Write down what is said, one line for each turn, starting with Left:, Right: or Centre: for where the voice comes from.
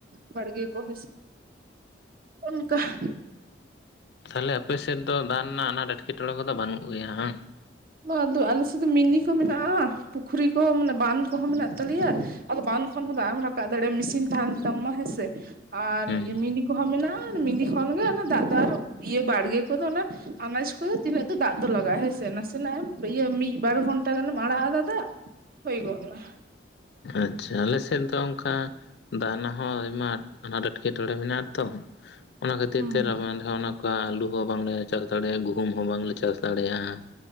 Right: ᱵᱟᱲᱜᱮ ᱠᱚ <inaudible> ᱚᱱᱠᱟ <inaudible>
Left: ᱛᱟᱦᱚᱞᱮ ᱟᱯᱮᱥᱮᱫ ᱫᱚ ᱫᱟᱜ ᱨᱮᱱᱟᱜ ᱟᱱᱟᱴ ᱮᱴᱠᱮᱴᱚᱬᱮ ᱠᱚᱫᱚ ᱵᱟᱹᱱᱩᱜ ᱜᱮᱭᱟ ᱦᱮᱸ ᱦᱟᱝ? <unintelligible>
Right: ᱟᱫᱚ ᱟᱞᱮ ᱥᱮᱫ ᱫᱚ ᱢᱤᱱᱤ ᱠᱚ ᱢᱮᱱᱟᱜᱼᱟ, ᱯᱩᱠᱷᱨᱤ ᱠᱚ ᱢᱟᱱᱮ ᱵᱟᱸᱫᱷ ᱠᱚᱦᱚᱸ ᱢᱮᱱᱟᱜ ᱛᱟᱞᱮᱭᱟ᱾ ᱟᱫᱚ ᱵᱟᱱ ᱠᱷᱚᱱ ᱦᱚᱸ ᱫᱟᱜ ᱮᱢ ᱨᱟᱠᱟᱵ ᱫᱟᱲᱮᱭᱟᱜᱼᱟ ᱢᱮᱥᱤᱱ ᱛᱟᱦᱮᱸᱱ ᱛᱟᱢ ᱢᱟ ᱦᱮᱸᱥᱮ ᱟᱨ
Left: ᱦᱮᱸ
Right: ᱢᱤᱱᱤ ᱠᱚᱦᱚᱸ ᱢᱮᱱᱟᱜᱼᱟ ᱢᱤᱱᱤ ᱠᱷᱚᱱᱜᱮ ᱚᱱᱟ ᱫᱟᱜ ᱫᱚ ᱟᱨ ᱤᱭᱟᱹ ᱵᱟᱲᱜᱮ ᱠᱚᱫᱚ ᱚᱱᱟ ᱟᱱᱟᱡ ᱠᱚᱫᱚ ᱛᱤᱱᱟᱹᱜ ᱫᱚ ᱫᱟᱜ ᱫᱚ ᱞᱟᱜᱟᱜᱼᱟ ᱦᱮᱸᱥᱮ ᱱᱟᱥᱮ ᱛᱟᱱᱟᱜᱹ ᱮᱢ ᱤᱭᱟᱹ ᱢᱤᱫ ᱵᱟᱨ ᱜᱷᱚᱱᱴᱟ ᱜᱟᱱᱮᱢ ᱟᱲᱟᱜ ᱟᱫᱟ ᱫᱟᱜ ᱦᱩᱭ ᱜᱚᱫ ᱮᱱᱟ᱾
Left: ᱟᱪᱪᱷᱟ ᱟᱞᱮᱥᱮᱫ ᱫᱚ ᱚᱱᱠᱟ ᱫᱟᱜ ᱨᱮᱱᱟᱜ ᱦᱚᱸ ᱟᱭᱢᱟ ᱟᱱᱟᱴ ᱮᱴᱠᱮᱴᱚᱬᱮ ᱢᱮᱱᱟᱜᱼᱟᱛᱚ᱾ ᱚᱱᱟ ᱠᱷᱟᱹᱛᱤᱨ
Right: ᱦᱩᱸ
Left: ᱛᱮ ᱨᱟᱵᱟᱝ ᱚᱱᱟ ᱠᱟ ᱟᱹᱞᱩ ᱦᱚᱸ ᱵᱟᱝᱞᱮ ᱪᱟᱥ ᱫᱟᱲᱮᱭᱟᱜᱼᱟ ᱜᱩᱦᱩᱢ ᱦᱚᱸ ᱵᱟᱝᱞᱮ ᱪᱟᱥ ᱫᱟᱲᱮᱭᱟᱜᱼᱟ᱾